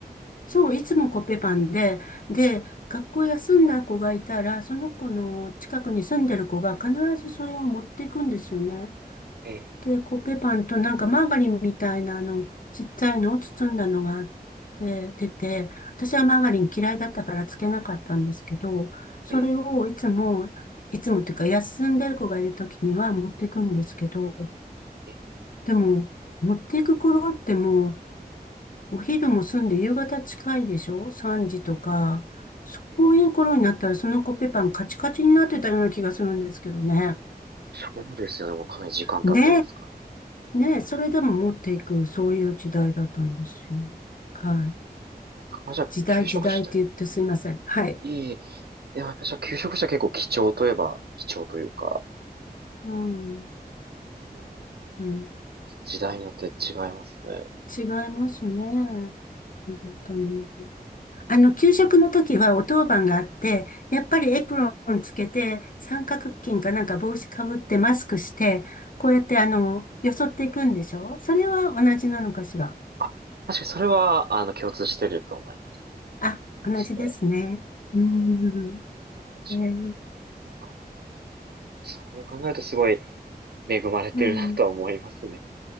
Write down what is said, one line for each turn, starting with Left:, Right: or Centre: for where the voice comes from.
Left: そう、いつもコッペパンで、で、学校休んだ子がいたら、その子の近くに住んでる子が必ずそれを持っていくんですよね。
Right: ええ
Left: で、コッペパンとなんかマーガリンみたいなあの、ちっちゃいのを包んだのがあって、出て、私はマーガリン嫌いだったからつけなかったんですけど、それをいつも、
Right: ええ
Left: いつもっていうか休んでる子がいるときには持っていくんですけど、
Right: え、
Left: でも、持っていく頃ってもう、お昼も済んで夕方近いでしょ ?3 時とか。そういう頃になったら、
Right: え
Left: そのコッペパンカチカチになってたような気がするんですけどね。
Right: そうですよね。もうかなり時間経ってますか
Left: ねえ、ねえ、それでも持っていく、そういう時代だったんですよ。はい。
Right: ら。あ、じゃあ、
Left: 時代時代って言ってすいません。
Right: 休職したい。
Left: はい。
Right: いい。いや、やっぱじゃあ、休職した結構貴重といえば、貴重というか、
Left: うん、
Right: うん、
Left: うん。
Right: 時代によって違いますね。
Left: 違いますね。本当に。あの、給食の時はお当番があって、やっぱりエプロンつけて、三角巾かなんか帽子かぶってマスクして、こうやってあの、よそっていくんでしょそれは同じなのかしら。
Right: あ、確かにそれは、あの、共通してると思いますね。
Left: あ、同じですね。
Right: して、
Left: うん。
Right: えー、私、
Left: えー
Right: ここは考えんそう考えるとすごい恵まれてるなとは思いますね、
Left: うん。